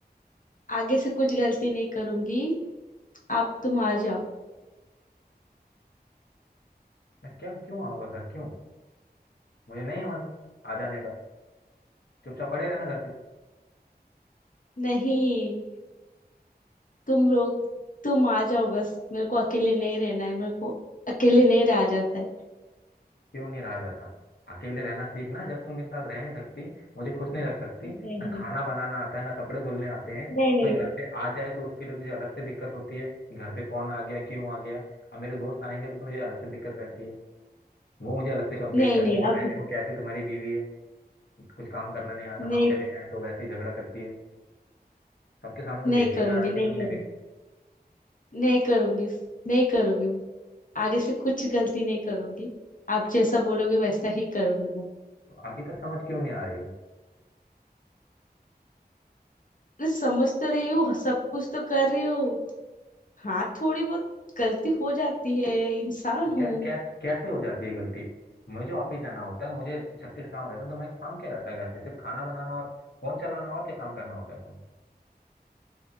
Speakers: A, on the left; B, on the left.
A: आगे से कुछ गलती नहीं करूंगी आप तुम आ जाओ
B: मैं क्या क्यों आऊंगा घर क्यों मुझे नहीं है मन आ जाने का चुपचाप पड़े रहना घर पे
A: नहीं तुम लोग तुम आ जाओ बस मेरे को अकेले नहीं रहना है मेरे को अकेले नहीं रहा जाता है
B: क्यों नहीं रहा जाता अकेले रहना सीखना जब तुम मेरे साथ रह नहीं सकती मुझे खुश नहीं रख सकती
A: नहीं
B: ना खाना बनाना आता है ना कपड़े धुलने आते हैं
A: नहीं नहीं
B: कोई घर पे आ जाए तो उसके लिए तुझे अलग से दिक्कत होती है कि घर पे कौन आ गया क्यों आ गया अब मेरे दोस्त आएंगे तो तुझे अलग से दिक्कत रहती है वो मुझे अलग से कंप्लेन
A: नहीं
B: करते
A: नहीं
B: हैं कि
A: अब
B: भाई देखो कैसी तुम्हारी बीवी है कुछ काम करना नहीं आता
A: नहीं
B: हम चले जाएं तो वैसे ही झगड़ा करती है सबके सामने तो
A: नहीं
B: बेइज्जती
A: करूंगी
B: करा रखी
A: नहीं
B: है तुमने
A: करूंगी
B: मेरी
A: नहीं करूंगी नहीं करूंगी आगे से कुछ गलती नहीं करूंगी आप जैसा बोलोगे वैसा ही करूंगी मैं
B: अभी तक समझ क्यों नहीं आ रही है?
A: अरे समझ तो रही हूँ सब कुछ तो कर रही हूँ हाँ थोड़ी बहुत गलती हो जाती है इंसान
B: क्या
A: हूँ
B: क्या कैसे हो जाती है गलती मुझे ऑफिस जाना होता है मुझे छत्तीस काम रहते हैं तो मैं काम क्या रहता है घर पे सिर्फ खाना बनाना और फोन चलाना और क्या काम करना होता है तुम्हें